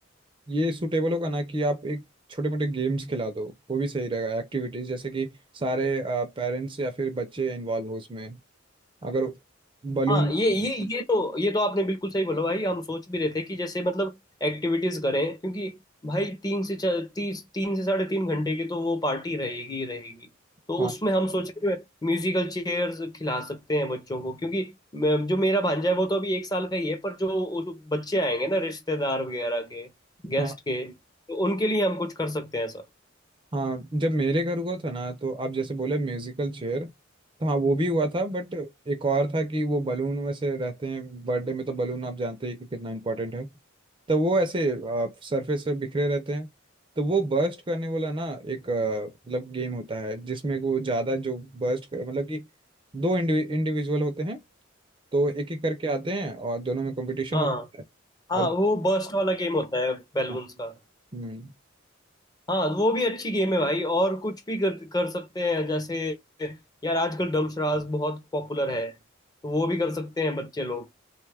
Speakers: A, on the right (about 25°); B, on the left (about 20°).
A: ये सूटेबल होगा ना कि आप एक छोटे मोटे गेम्स खिला दो वो भी सही रहेगा एक्टिविटीज जैसे कि सारे पेरेंट्स या फिर बच्चे इन्वॉल्व हो उसमें अगर बलून
B: हाँ ये ये ये तो ये तो आपने बिल्कुल सही बोला भाई हम सोच भी रहे थे कि जैसे मतलब एक्टिविटीज करें क्योंकि भाई तीन से चार तीस तीन से साढ़े तीन घंटे की तो वो पार्टी रहेगी ही रहेगी तो
A: हाँ
B: उसमें हम सोच रहे थे म्यूजिकल चेयर्स खिला सकते हैं बच्चों को क्योंकि मैं- जो मेरा भांजा है वो तो अभी एक साल का ही है पर जो उस- बच्चे आएंगे ना रिश्तेदार वगैरह के गेस्ट
A: हाँ।
B: के तो उनके लिए हम कुछ कर सकते हैं ऐसा
A: हाँ जब मेरे घर हुआ था ना तो आप जैसे बोले म्यूजिकल चेयर तो हाँ वो भी हुआ था बट एक और था कि वो बलून वैसे रहते हैं बर्थडे में तो बलून आप जानते ही कि कितना इंपॉर्टेंट है तो वो ऐसे सरफेस पे बिखरे रहते हैं तो वो बर्स्ट करने वाला ना एक अ, मतलब गेम होता है जिसमें वो ज़्यादा जो बर्स्ट कर मतलब कि दो इंडिविजुअल होते हैं तो एक एक करके आते हैं और दोनों में कंपटीशन
B: हाँ
A: होता है
B: हाँ
A: और
B: वो बर्स्ट वाला गेम होता है बैलून्स
A: हाँ
B: का
A: हम्म,
B: हाँ वो भी अच्छी गेम है भाई और कुछ भी कर कर सकते हैं जैसे यार आजकल डमशराज बहुत पॉपुलर है तो वो भी कर सकते हैं बच्चे लोग